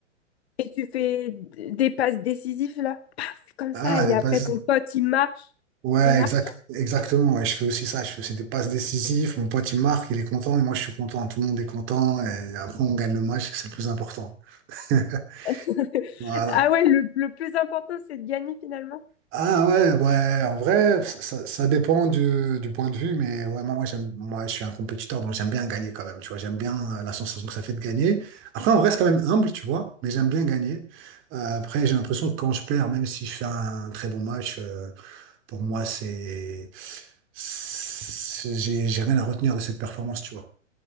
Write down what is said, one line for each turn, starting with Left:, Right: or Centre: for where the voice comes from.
Left: Et tu fais d- des passes décisives là, paf, comme
Right: Ah,
Left: ça, et
Right: les
Left: après
Right: passes.
Left: ton pote il marche,
Right: Ouais,
Left: il marque.
Right: exact, exactement. ouais, je fais aussi ça. Je fais aussi des passes décisives. Mon pote, il marque, il est content, et moi, je suis content. Tout le monde est content. Et après, on gagne le match. C'est le plus important. <laughs>
Left: <laughs>
Right: Voilà.
Left: Ah ouais, le, le plus important c'est de gagner finalement.
Right: Ah ouais, ouais, en vrai, ça, ça dépend du, du point de vue, mais ouais, moi, moi, j'aime, moi, je suis un compétiteur, donc j'aime bien gagner quand même, tu vois, j'aime bien euh, la sensation que ça fait de gagner. Après, on reste quand même humble, tu vois, mais j'aime bien gagner. Euh, après, j'ai l'impression que quand je perds, même si je fais un très bon match, euh, pour moi, c'est, c'est- j'ai, j'ai rien à retenir de cette performance, tu vois,